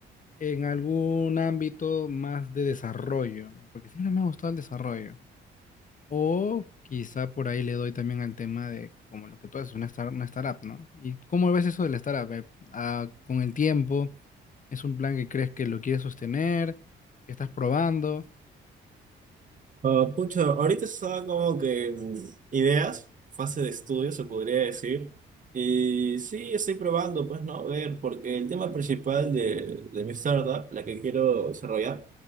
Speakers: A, on the left (about 40°); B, on the right (about 40°).
A: en algún ámbito más de desarrollo, ¿no? Porque siempre me ha gustado el desarrollo. O quizá por ahí le doy también al tema de como lo que tú haces, una, star- una startup, ¿no? ¿Y cómo ves eso de la startup? eh? Ah, con el tiempo, ¿es un plan que crees que lo quieres sostener, que estás probando?
B: Ah, pucha, ahorita estaba como que en ideas, fase de estudio se podría decir. Y sí, estoy probando, pues no, ver, porque el tema principal de, de mi startup, la que quiero desarrollar,